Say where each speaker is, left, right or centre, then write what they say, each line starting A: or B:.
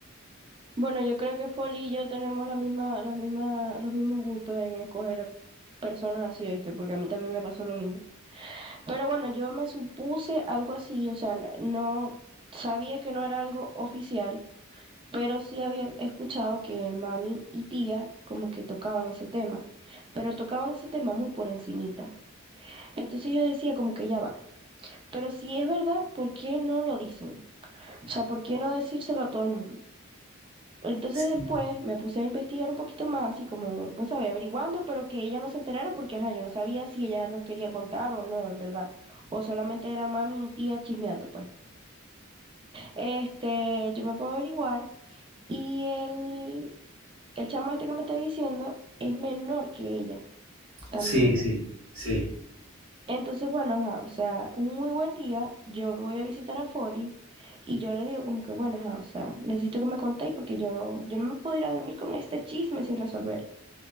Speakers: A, on the right; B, on the right.
A: Bueno, yo creo que Folly y yo tenemos la misma, las mismas, los mismos gustos en escoger personas así, ¿oíste? Porque a mí también me pasó lo mismo. Pero bueno, yo me supuse algo así, o sea, n- no sabía que no era algo oficial, pero sí había escuchado que mami y tía como que tocaban ese tema, pero tocaban ese tema muy por encimita. Entonces yo decía como que ya va, pero si es verdad, ¿por qué no lo dicen? O sea, ¿por qué no decírselo a todo el mundo? Entonces
B: Sí,
A: después me puse a investigar un poquito más, así como, vos sabés, averiguando, pero que ella no se enterara porque, ajá, yo no sabía si ella nos quería contar o no, en verdad. O solamente eran mami y tía chismeando, pues. Este, yo me pongo a averiguar y el El chamo este que me está diciendo es menor que ella también.
B: sí, sí, sí.
A: Entonces, bueno, ajá, o sea, un muy buen día, yo voy a visitar a Folly y yo le digo como que, bueno, ajá, o sea, necesito que me contéis porque yo, yo no me puedo ir a dormir con este chisme sin resolver.